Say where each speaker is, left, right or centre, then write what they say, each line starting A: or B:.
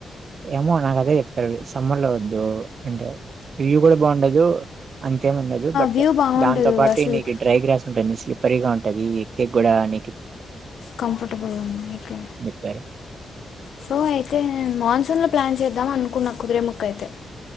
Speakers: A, on the right; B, on the left.
A: ఏమో నాకుదే చెప్పారు సమ్మర్ లో వద్దు అంటే ఇవి కూడా బాగుండదు, అంతేం ఉండదు బట్
B: వ్యూ బాగుంటుంది
A: దాంతో పాటు
B: అసలు
A: నీకు డ్రై గ్రాస్ ఉంటుంది, స్లిప్పరీ గా ఉంటుంది. అది ఏకేకు కూడా అనేకి
B: కంఫర్టబుల్గా ఒకే
A: చెప్పారు
B: సో అయితే మాన్సూన్ లో ప్లాన్ చేద్దాం అనుకున్న కుదిరే ముక్క అయితే